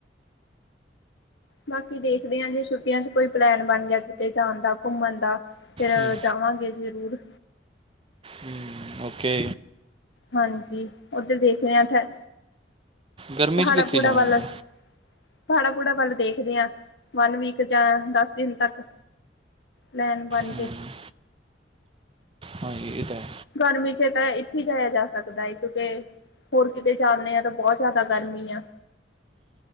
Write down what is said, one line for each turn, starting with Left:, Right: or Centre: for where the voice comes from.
Left: ਬਾਕੀ ਦੇਖਦੇ ਹਾਂ, ਜੇ ਛੁਟੀਆਂ ਚ ਕੋਈ ਪਲੈਨ ਬਣ ਗਿਆ, ਕਿਤੇ ਜਾਣ ਦਾ ਘੁੰਮਣ ਦਾ। ਫਿਰ
Right: ਹੂੰ
Left: ਜਾਵਾਂਗੇ ਜ਼ਰੂਰ।
Right: ਹੂੰ ਓਕੇ,
Left: ਹਾਂਜੀ, ਉਧਰ ਦੇਖਦੇ ਹਾਂ, ਠ
Right: ਗਰਮੀ
Left: ਪਹਾੜਾਂ
Right: 'ਚ ਕਿੱਥੇ
Left: ਪੂੜਾ
Right: ਜਾਵਾਂਗੇ
Left: ਵੱਲ ਪਾੜਾ-ਪੂੜਾ ਵੱਲ ਦੇਖਦੇ ਹਾਂ, ਵਨ ਵੀਕ ਜਾਂ ਦਸ ਦਿਨ ਤੱਕ। ਲੈਣ ਬਣਜੇ
Right: ਹੂੰ ਹਾਂਜੀ ਇਹ ਤਾਂ ਹੈ।
Left: ਗਰਮੀ ਚ ਤਾਂ ਇੱਥੇ ਹੀ ਜਾਇਆ ਜਾ ਸਕਦਾ ਹੈ, ਕਿਉਂਕਿ ਹੋਰ ਕਿਤੇ ਜਾਂਦੇ ਆ, ਤਾਂ ਬਹੁਤ ਜ਼ਿਆਦਾ ਗਰਮੀ ਐ।